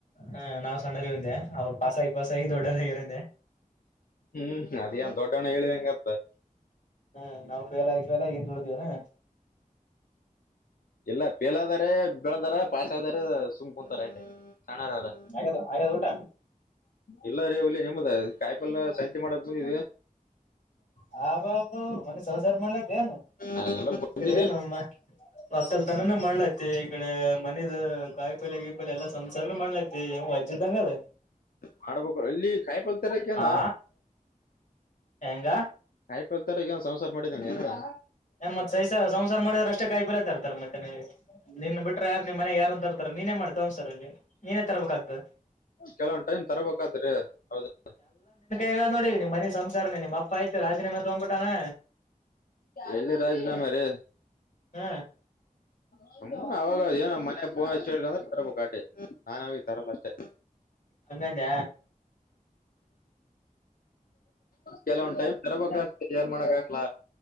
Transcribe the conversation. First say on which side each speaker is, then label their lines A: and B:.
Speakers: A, on the left (about 60°); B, on the left (about 80°).
A: ಹಾ ನಾವ್ ಸಣ್ಣರದೆ ಅವ್ರ ಪಾಸಾಗಿ ಪಾಸಾಗಿ ದೊಡ್ಡರಗ್ಯಾರಂದೆ
B: ಹ್ಮ್ ಅದ ದೊಡ್ಡವಣ್ಣ ಹೇಳಿದಂಗತ್ತ
A: ಹ್ಮ ನಾವು ಫೇಲ್ ಆಗ ಫೇಲ್ ಆಗಂತ ಉಳಿದೇವನಾ
B: ಎಲ್ಲ ಪೇಲಾದಾರ ಬೆಳದಾರ ಪಾಸ್ದಾರ ಸುಮ್ ಮುಂತಾರ ಎ ಸಣಾರ ಅಲ್ಲ
A: ಆಗ್ಯದ ಆಗ್ಯದ ಊಟ
B: ಎಲ್ಲ ರೀ ಒಳ್ಳ ನಿಮ್ಮದ ಕಾಯಪೆಲ್ಲ ಸಂತೆ ಮಾಡಕ್ ಬಂದವಿ
A: ಹ ವ ಮನೆ ಸೌದಾರ ಮಾಡಲ ದೆನು
B: ನಾವೆಲ್ಲ ಬಂದಿದ್ವಿ
A: ಈ ಕಡೆ ಏ ನಮ್ಮ ಒಕ್ಕಲ್ ತನ ಮಣ ಐತಿ ಈ ಕಡೆ ಮನಿದ ಕಾಯಿ ಪಲ್ ಗೀ ಪೈಲ್ ಎಲ್ಲ ಸಂಸಾರ ಮಾಡಲೈತಿ ವಜ್ಜದ್ದಂಗ ಅದ
B: ಮಾಡ್ಬೇಕು ಎಲ್ಲಿ ಕಾಯಪಲ್ತಾರಕೆನೊ
A: ಆ ಹೆಂಗ
B: ಇಪ್ಪಲ್ ತರ ಈಗ ಒ್ಸಂಸಾರ ಮಾಡಿದಂಗೆಯಾ
A: ಮತ್ ಸಸ ಸಂಸಾರ ಮಾಡಿದ್ರ ಅಷ್ಟೇ ಕಾಯಿ ಪಿಲ ತರ್ತಾರೆ ಮತ್ತೆ ನಿನ್ ಬಿಟ್ರೆ ಯಾರು ನಿನ್ ಮನ್ಯಾಗ ಯಾರ ಅಂರ್ತಾರೆ ನೀನೇ ಮಾಡ್ತವನ್ ಸರ್ ಅವಗೆ ನೀನೇ ತರಬೇಕಾಗ್ತದೆ
B: ಕೆಲವೊಂದು ಟೈಮ್ ತರಬಕಾಗ್ತೈತಿ ಹೌದಿಲ್ಲ
A: ಈಗ ನೋಡ ನಿಮ್ಮ ಮನಿ ಸಂಸಾರನ ನಿಮ್ಮ ಅಪ್ಪ ಆಯ್ತು ರಾಜೀನಾಮೆ ತಗ್ಬಿಟ್ಟಾನಾ
B: ಎಲ್ಲಿ ರಾಜೀನಾಮೆ ರೀ
A: ಹ್ಮ
B: ಸು ಅವಾಗ ಏನ ಮನ್ ಪೋನ್ ಹೇಳ ಅಂದ್ರೆ ತರಬೇಕುಕ್ಟಿ ನಾನನ್ ಅವಾಗ ತರಲ್ಲ ಅಷ್ಟೇ
A: ಹಂಗಂದ
B: ಕೆಲವೊಂದು ಟೈಮ್ ತರಬೇಕಾಗ್ತೈತಿ ಏನು ಮಾಡಕ್ಕಾಗಲ್ಲ